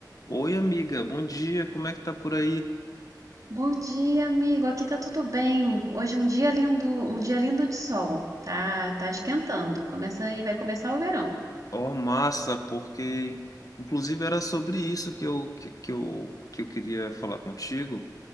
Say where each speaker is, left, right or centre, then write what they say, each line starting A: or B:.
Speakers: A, on the left; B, on the right.
A: Oi, amiga, bom dia, como é que tá por aí?
B: Bom dia, amigo. Aqui tá tudo bem. Hoje é um dia lindo, um dia lindo de sol. Tá, tá esquentando. Começa aí, vai começar o verão.
A: Ó, massa, porque inclusive era sobre isso que eu, que, que eu, que eu queria falar contigo.